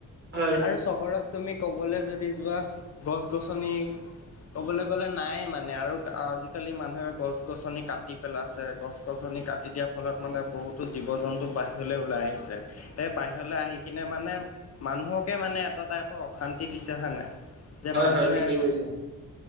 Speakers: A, on the right; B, on the left.
A: হয়।
B: আৰু চহৰত তুমি ক'বলৈ যদি যোৱা গছ-গছনি। ক'বলে গ'লে নায়ে মানে আৰু জি, আজিকালি মানুহে গছ গছনি কাটি পেলাইছে। গছ গছনি কাটি দিয়াৰ ফলত মানে বহুত জীৱ জন্তু বাহিৰলৈ ওলাই আহিছে। এই বাহিৰলৈ আহি কিনে মানে মানুহকে মানে এটা টাইপৰ অশান্তি দিছে হয় নাই। যে
A: হয়
B: মানুহে
A: হয় ঠিকেই কৈছা